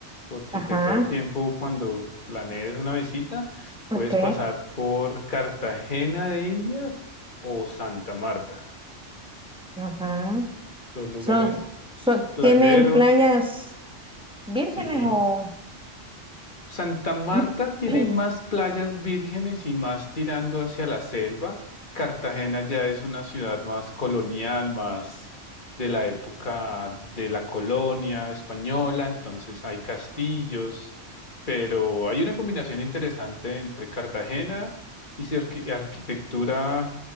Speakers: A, on the left; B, in the centre.
A: Por si
B: Ajá,
A: te queda tiempo cuando planees una visita, puedes
B: ok,
A: pasar por Cartagena de Indias o Santa Marta.
B: ajá.
A: Dos lugares
B: Son, son,
A: playeros,
B: ¿tienen playas vírgenes
A: sí,
B: o...
A: Santa Marta
B: <clears throat>
A: tiene más playas vírgenes y más tirando hacia la selva. Cartagena ya es una ciudad más colonial, más de la época de la colonia española, entonces hay castillos, pero hay una combinación interesante entre Cartagena y su arqui- arquitectura